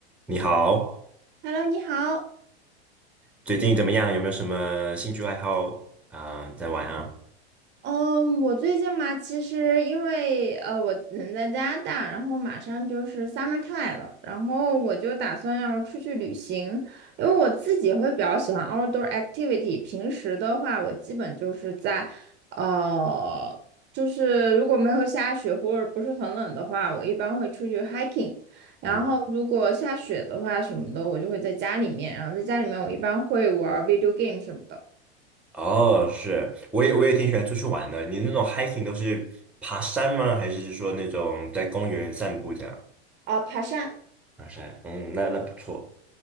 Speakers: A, in the centre; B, on the right (about 35°).
A: 你好，
B: Hello，你好。
A: 最近怎么样？有没有什么兴趣爱好啊、在玩啊？
B: 嗯，我最近嘛，其实因为呃，我人在加拿大，然后马上就是 summertime 了，然后我就打算要出去旅行，因为我自己会比较喜欢 outdoor activity。平时的话，我基本就是在呃，就是如果没有下雪或者不是很冷的话，我一般会出去 hiking。然后如果下雪的话什么的，
A: 嗯，
B: 我就会在家里面，然后在家里面我一般会玩 video game 什么的
A: 哦，是，我也我也挺喜欢出去玩的。你那种 hiking 都是爬山吗？还是说那种在公园散步这样？
B: 啊，爬山。
A: 爬山，嗯，那那不错。